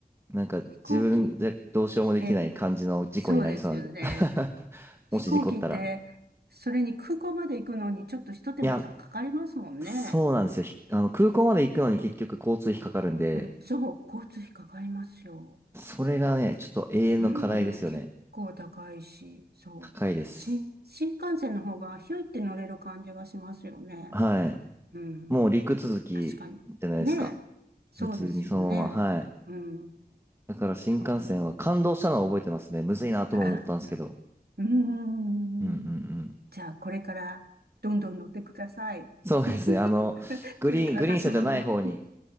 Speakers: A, on the right (about 15°); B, on the right (about 85°).
A: なんか自分じゃどうしようもできない感じの事故になりそうなんで。
B: 飛行機。ええ、そうですよね。
A: <laughs>
B: 飛行機って、
A: もし事故ったら。
B: それに空港まで行くのにちょっとひと手間たかかりますもんね。
A: いや、そうなんですよ。ひあの、空港まで行くのに結局交通費かかるんで、
B: うん、そう。交通費かかりますよ。
A: それがね、ちょっと永遠の課題ですよね。
B: うん、うん結構高いし、そう。
A: 高いです。
B: 新、新幹線の方がひょいって乗れる感じがしますよね。
A: はい。
B: うん、
A: もう陸続きじゃないですか。
B: 確かに。ねえ。そうですよね。
A: 普通にそのまま。はい。
B: うん、
A: だから新幹線は感動したのは覚えてますね。
B: そう。
A: むずいなとも思ったんですけど。
B: <laughs> あうーん。
A: うんうんうん。
B: じゃあ、これからどんどん乗ってください。
A: そうですね。
B: <laughs>
A: あの、
B: っていうか、
A: グリーン、グリーン車じゃない方に、
B: 私も乗ろ